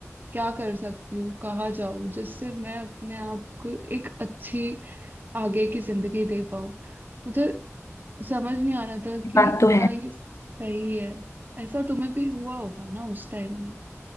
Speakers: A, on the right; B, on the left.
A: क्या कर सकती हूँ कहाँ जाऊँ जिससे मैं अपने आप को एक अच्छी आगे की जिंदगी दे पाऊँ मुझे समझ नहीं आ रहा था
B: ये
A: कि
B: बात तो है
A: क्या ये सही है ऐसा तुम्हें भी हुआ होगा ना उस टाइम में